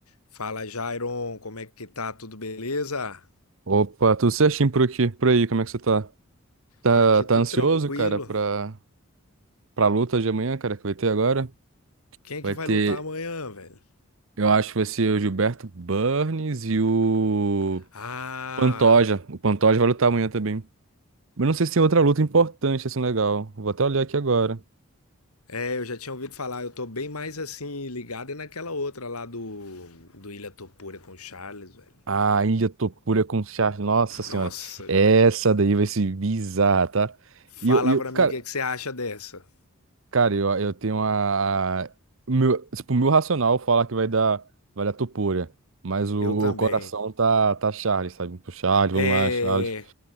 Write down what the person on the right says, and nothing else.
Opa, tudo certinho por aqui, por aí, como é que você tá? Tá,
tá
ansioso,
cara, pra, pra luta de amanhã, cara, que vai ter agora?
Vai
ter,
eu acho que vai ser o Gilberto Burns e o
Pantoja. O Pantoja vai lutar amanhã também. Mas não sei se tem outra luta importante, assim, legal. Vou até olhar aqui agora.
Ah, Ilha Topura com Charles, nossa senhora.
Essa daí vai ser bizarra, tá?
E eu, e eu-
cara,
Cara, eu, eu tenho a. o Meu, tipo, o meu racional fala que vai dar, vai dar Topolya, mas o,
o coração tá, tá Charles, sabe? Pro Charles,
vamos lá, Charles.